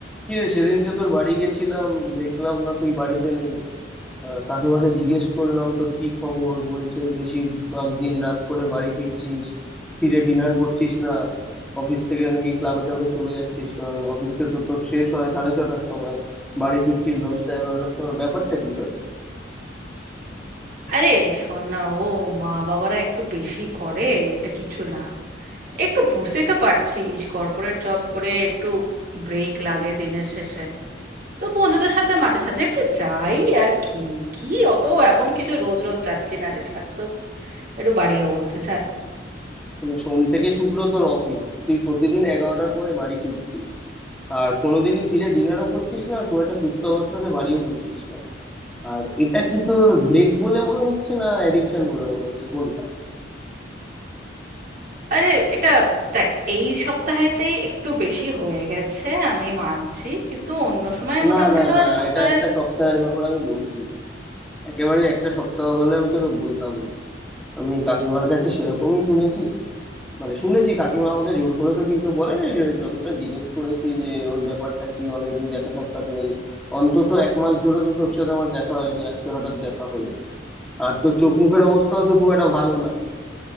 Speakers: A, in the centre; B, on the right.
A: কি রে সেদিনকে তোর বাড়ি গেছিলাম দেখলাম না তুই বাড়িতে নেই আহ, কাকিমাকে জিজ্ঞেস করলাম তোর কি খবর বলছে বেশিরভাগ দিন রাত করে বাড়ি ফিরছিস ফিরে ডিনার করছিস না অফিস থেকে নাকি ক্লাবে টাবে চলে যাচ্ছিস কারণ অফিস তো তোর শেষ হয় সাড়ে ছটার সময় বাড়ি ফিরছিস দশটা এগারোটার সময় ব্যাপারটা কি তোর
B: আরে শোন না ও মা বাবারা একটু বেশি করে এটা কিছু না একটু বুঝতেই তো পারছিস কর্পোরেট জব করে একটু ব্রেক লাগে দিনের শেষে তো বন্ধুদের সাথে মাঝে সাঝে একটু যাই আর কি কি অত এমন কিছু রোজ রোজ যাচ্ছি না রে ছাড় তো একটু বাড়িও বলছে ছাড়
A: মানে সোম থেকে শুক্র তোর অফিস তুই প্রতিদিন এগারোটার পরে বাড়ি ফিরছিস আর কোনোদিনই ফিরে ডিনারও করছিস না আর খুব একটা সুস্থ অবস্থাতে বাড়িও ফিরছিস না আর এটা কি তোর ব্রেক বলে মনে হচ্ছে না অ্যাডিকশন বলে মনে হচ্ছে কোনটা
B: আরে এটা দেখ এই সপ্তাহেতেই একটু বেশি হয়ে গেছে আমি মানছি কিন্তু অন্য সময় মোটামুটি
A: না না
B: ধর
A: না
B: সপ্তাহে
A: এটা একটা সপ্তাহের ব্যাপার আমি বলছি না একেবারে একটা সপ্তাহ হলে আমি তোকে বলতাম না আমি কাকিমার কাছে সেরকমই শুনেছি মানে শুনেছি কাকিমা আমাকে জোর করে তো কিছু বলেনি যে যতটা জিজ্ঞেস করেছি যে ওর ব্যাপারটা কি অনেকদিন দেখা সাক্ষাৎ নেই অন্তত এক মাস ধরে তো তোর সাথে আমার দেখা হয়নি আজকে হঠাৎ দেখা হলো আর তোর চোখ মুখের অবস্থাও তো খুব একটা ভালো না